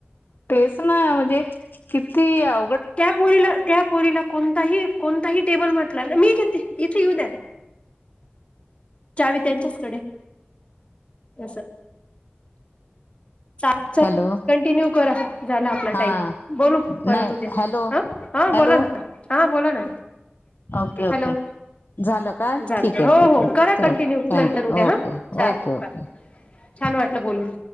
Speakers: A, on the left; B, on the left.
A: टेस ना म्हणजे किती आ
B: त्या पोरीला त्या पोरीला कोणताही कोणताही टेबल म्हटलं ना मी घेते इथे येऊ द्या चावी त्यांच्याचकडे असस च
A: हॅलो
B: कंटिन्यू करा झाला आपला
A: हा
B: टाइम बोलू परत
A: नाही
B: उद्या
A: हॅलो
B: ह हा
A: हॅलो
B: बोला ना हा बोला ना
A: ओके ओके
B: हॅलो
A: झालं का
B: झालं
A: ठीक आहे
B: हो
A: ठीक
B: हो
A: आहे
B: करा कंटिन्यू
A: थँकू
B: नंतर उद्या हा
A: ओके
B: चालेल
A: ओके ओके
B: बाय
A: ततझल
B: छान वाटलं बोलून